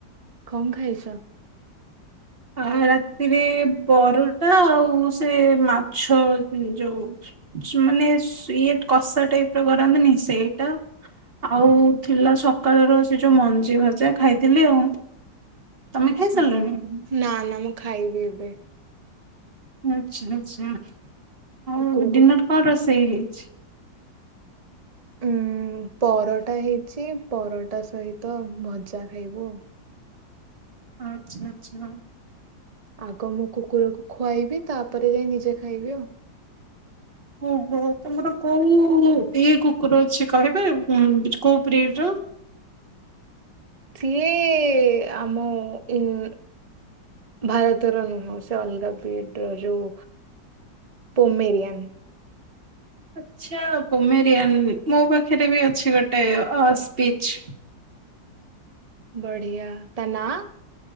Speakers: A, on the right; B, on the right.
A: କଣ ଖାଇଛ?
B: ଆ ରାତିରେ ପରଟା ଆଉ ସେ ମାଛ ଯୋଉ ମାନେ ଇଏ କଷା ଟାଇପ ର କରାନ୍ତିନି ସେଇଟା ଆଉ ଥିଲା ସକାଳର ସେ ଯୋଉ ମଞ୍ଜି ଭଜା ଖାଇଥିଲି ଆଉ। ତମେ
A: ଆଛା
B: ଖାଇସାରିଲଣି?
A: ନା ନା। ମୁ ମୁଁ ଖାଇବି ଏବେ।
B: ଆଛା ଆଛା। ଆଉ
A: କୁକୁରକୁ
B: ଡିନର୍ କଣ ରୋଷେଇ ହେଇ? ଛି
A: ଉଁ ପରଟା ହେଇଛି ପରଟା ସହିତ ଭଜା ଖାଇବୁ ଆଉ।
B: ଆଚ୍ଛା ଆଚ୍ଛା।
A: ଆଗ ମୁଁ କୁକୁରକୁ ଖୁଆଇବି ତାପରେ ଯାଇ ନିଜେ ଖାଇବି ଆଉ।
B: ଓହୋ ତମର କୋଉ ଇଏ କୁକୁର ଅଛି କହିବେ ଉଁ କୋଉ ବ୍ରିଡ ର?
A: ସିଏ ଆମ ଉଁ ଭାରତର ନୁହଁ ସେ ଅଲଗା ବିଡ ର ଯୋଉ ପୋମେରିୟାନ।
B: ଆଚ୍ଛା ପୋମେରିୟାନ ମୋ ପାଖରେ ବି ଅଛି ଗୋଟେ ଅ ସ୍ପିଚ।
A: ବଢିଆ ତା ନାଁ?